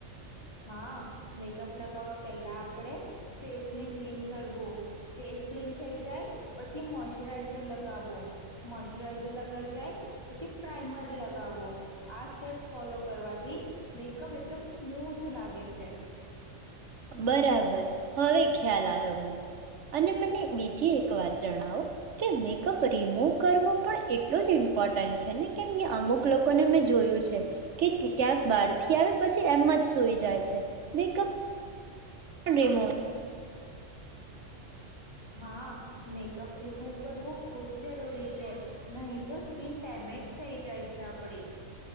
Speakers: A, on the left; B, on the right.
A: હા મેકઅપ લગાવવા પહેલા આપણેે ફેસને ક્લીન કરવું ફેસ ક્લીન થઈ જાય પછી મોશચરાઈઝર લગાવવો મોઈશચરાઈઝર લગાઈ જાય પછી પ્રઇમર લગાવો આ સ્ટેપ્સ ફોલો કરવાથી મેકઅપ એકદમ સ્મૂથ લાગે છે.
B: બરાબર હવે ખ્યાલ આવ્યો મને અને મને બીજી એક વાત જણાવો કે મેકઅપ રિમૂવ કરવો પણ એટલું જ ઇમ્પોર્ટન્ટ છે, ને કેમ કે અમુક લોકોને મેં જોયું છે, કે ક્યાંક બાાર <inaudible> આવે પછી એમ જ સઈ જાય છે, મેકઅપ <inaudible>
A: હા મેકઅપ રિમૂવ કરવું ખૂબ જરૂરી છે, નહી તો સ્કીિન ડેમેજ થઈ જાય છે, આપડી